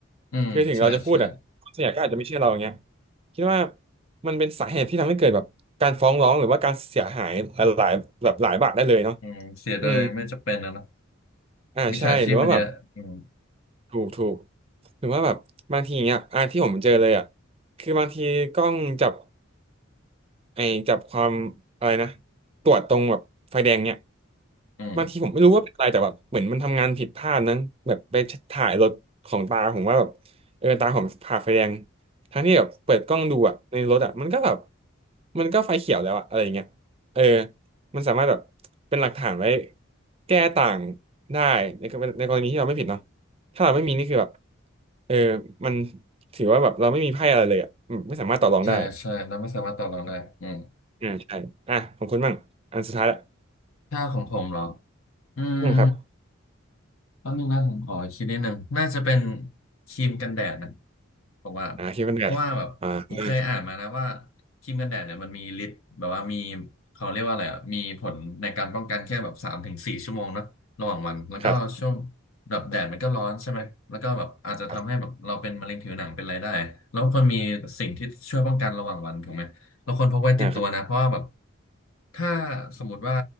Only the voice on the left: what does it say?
อืมใช่ใช่
อืมเสียโดยไม่จำเป็นนะเนาะ
มิจฉาชีพมันเยอะอืม
อืม
ใช่ใช่เราไม่สามารถต่อรองได้อืม
ถ้าของผมเหรออืม
แป๊บนึงนะผมขอคิดนิดนึงน่าจะเป็นครีมกันแดดนะผมว่า
เพราะว่าแบบผมเคยอ่านมานะว่าครีมกันแดดเนี่ยมันมีฤทธิ์แบบว่ามีเขาเรียกว่าอะไรอ่ะมีผลในการป้องกันแค่แบบสามถึงสี่ชั่วโมงเนอะระหว่างวันแล้วก็ช่วง
แบบแดดมันก็ร้อนใช่ไหมแล้วก็แบบอาจจะทำให้แบบเราเป็นมะเร็งผิวหนังเป็นอะไรได้แล้วควรมีสิ่งที่ช่วยป้องกันระหว่างวันถูกไหมเราควรพกไว้ติดตัวนะเพราะว่าแบบ
ถ้าสมมุติว่า